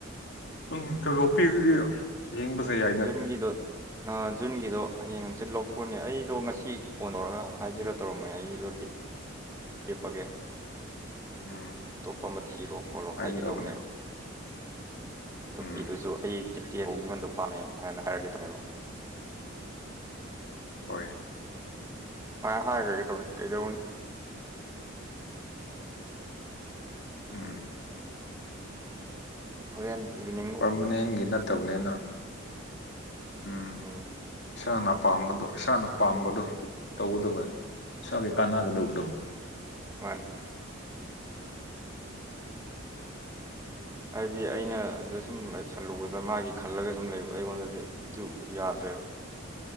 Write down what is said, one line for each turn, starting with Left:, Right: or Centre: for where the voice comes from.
Left: ꯎꯝ ꯇꯣꯂꯣꯞꯄꯤꯕꯒꯤ ꯌꯦꯡꯕꯁꯨꯍꯥꯏ
Right: ꯖꯨꯟꯒꯤꯗꯣ ꯑ ꯖꯨꯟꯒꯤꯗꯣ ꯍꯌꯦꯡ ꯍꯪꯆꯤꯠ ꯂꯧꯊꯣꯛꯑꯅꯤ ꯑꯩꯗꯣ ꯉꯁꯤ ꯐꯣꯟ ꯇꯧꯔꯒ ꯍꯥꯏꯖꯤꯔ ꯇꯧꯔꯝꯃꯅꯦ ꯑꯩꯒꯤꯗꯣ ꯂ ꯂꯦꯞꯄꯒꯦ
Left: ꯎꯝ
Right: ꯑꯇꯣꯞꯄ ꯑꯃ ꯊꯤꯔꯣ ꯈꯣꯠꯂꯣ
Left: ꯍꯥꯏꯒꯗꯕꯅꯦ
Right: ꯍꯥꯏꯒꯦ ꯇꯧꯅꯦꯕ ꯑꯗꯣ
Left: ꯎꯝ
Right: ꯄꯤꯕꯁꯨ ꯑꯩ ꯖꯤꯇꯤ ꯐꯥꯎꯒꯤ ꯃꯟꯗꯣ ꯄꯥꯝꯃꯦ ꯍꯥꯏꯅ ꯍꯥꯏꯔꯒꯈꯤꯕꯅꯦꯕ
Left: ꯑꯣꯏ
Right: ꯁꯨꯃꯥꯏ ꯍꯥꯏꯈ꯭ꯔꯒꯦ ꯇꯧꯅꯤ ꯀꯩꯗꯧꯅꯤ
Left: ꯎꯝ
Right: ꯍꯣꯔꯦꯟ ꯏꯚꯤꯅꯤꯡ
Left: ꯄꯔꯃꯅꯦꯟꯒꯤ ꯅꯠꯇꯕꯅꯤꯅ ꯎꯝ
Right: ꯑꯝ
Left: ꯏꯁꯥꯅ ꯑꯄꯥꯥꯝꯕꯗꯣ ꯏꯁꯥꯅ ꯄꯥꯝꯕꯗꯣ ꯇꯧꯒꯗꯕꯅꯤ ꯏꯁꯥꯒꯤ ꯀꯥꯟꯅꯒꯗꯕꯗꯣ
Right: ꯃꯥꯅꯤ ꯍꯥꯏꯗꯤ ꯑꯩꯅ ꯑꯗꯨꯗ ꯁꯨꯝ ꯂꯩꯁꯜꯂꯨꯕꯗ ꯃꯥꯒꯤ ꯈꯜꯂꯒ ꯁꯨꯝ ꯂꯩꯕ ꯑꯩꯉꯣꯟꯗꯗꯤ ꯀ꯭ꯌꯨꯨ ꯌꯥꯗ꯭ꯔꯦꯕ